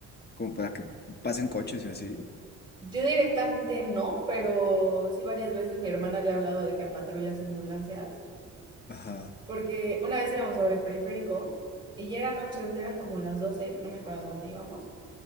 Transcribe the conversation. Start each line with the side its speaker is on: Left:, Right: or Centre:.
Left: Como para que pasen coches y así.
Right: Yo directamente no, pero sí varias veces mi hermana le ha hablado de que a patrullas y ambulancias.
Left: Ajá,
Right: porque una vez íbamos sobre el periférico y ya era noche, o sea, eran como las doce no me acuerdo a dónde íbamos,